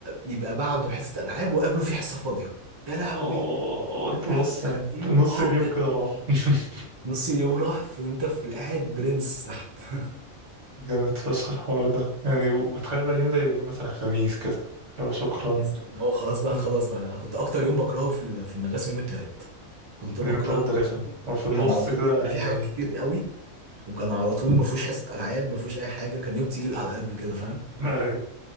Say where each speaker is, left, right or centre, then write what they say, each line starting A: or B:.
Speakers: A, on the right; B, on the right.
A: يبقى بعده حصه العاب وقبله في حصه فاضيه يا لهوي
B: اه
A: انت
B: انت
A: بتاخد
B: بص
A: ساعتين
B: يعني نص
A: اه
B: اليوم
A: بجد
B: كده راح
A: آه.
B: <laughs>
A: نص اليوم راح في انت في قاعد برنس تحت <laughs>
B: جامد فشخ الحوار ده يعني وتخيل بقى اليوم ده يبقى يوم مثلا خميس كده لو شكرا
A: اه يس اللي هو خلاص بقى
B: مم.
A: هتخلص بعد انا كنت اكتر يوم بكرهه في ال- في المدرسه يوم التلات كنت
B: اليوم
A: بكرهه
B: التلات ده رخم هو في النص
A: كان على طول
B: كده
A: يبقى
B: يعني
A: في حاجات كتير قوي وكان على طول
B: <laughs>
A: ما فيهوش حصه العاب ما فيهوش اي حاجه كان يوم تقيل على قلبي كده فاهم
B: أيوة.